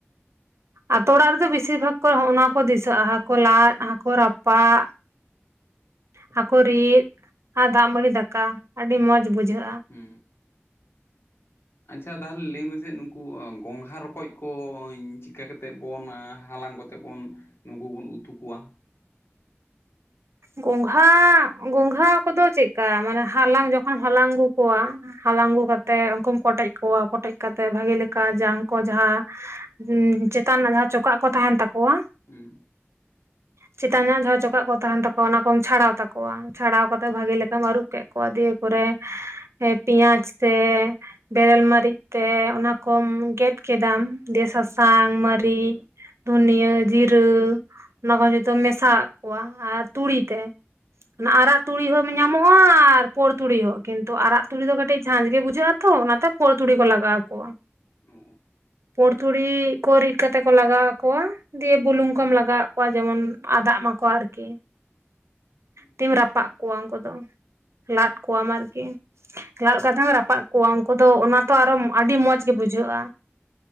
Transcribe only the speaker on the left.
ᱦᱩ ᱟᱪᱪᱷᱟ ᱛᱟᱦᱚᱞᱮ ᱞᱟᱹᱭ ᱢᱮᱥᱮ ᱱᱩᱠᱩ ᱜᱚᱝᱜᱷᱟ ᱨᱚᱠᱚᱡ ᱠᱚᱧ ᱪᱤᱠᱟᱹ ᱠᱟᱛᱮᱫ ᱵᱚᱱ ᱦᱟᱞᱟᱝ ᱠᱚᱛᱮ ᱵᱚᱱ ᱱᱩᱠᱩ ᱵᱩᱱ ᱩᱛᱩ ᱠᱚᱣᱟ
ᱦᱩᱸ
ᱚ
ᱦᱩᱸ